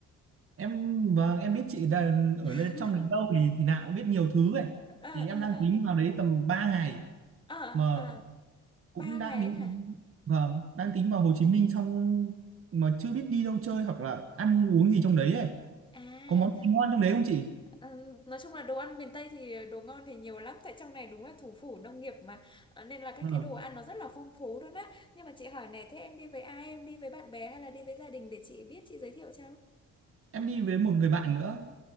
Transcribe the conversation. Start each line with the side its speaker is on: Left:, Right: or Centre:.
Right: Em vâng, em biết chị đã ở
Left: <laughs>
Right: lên trong đấy đâu thì thì nào cũng biết nhiều thứ ấy.
Left: ờ
Right: Thì em
Left: ờ
Right: đang
Left: ờ
Right: tính
Left: ờ
Right: vào đấy tầm 3 ngày
Left: ờ
Right: mà
Left: ờ
Right: cũng
Left: ba ngày
Right: đang tính
Left: ấy hả
Right: vâng, đang
Left: ừ.
Right: tính vào Hồ Chí Minh xong mà chưa biết đi đâu chơi hoặc là ăn uống gì trong đấy ấy.
Left: à
Right: Có món gì ngon trong đấy không chị?
Left: Ờ, nói chung là đồ ăn miền Tây thì đồ ngon thì nhiều lắm tại trong này đúng là thủ phủ nông nghiệp mà Ờ, nên là các
Right: Vâng.
Left: cái đồ ăn nó rất là phong phú luôn á nhưng mà chị hỏi nè thế em đi với ai em đi với bạn bè hay là đi với gia đình để chị biết chị giới thiệu cho
Right: Em đi với một người bạn nữa,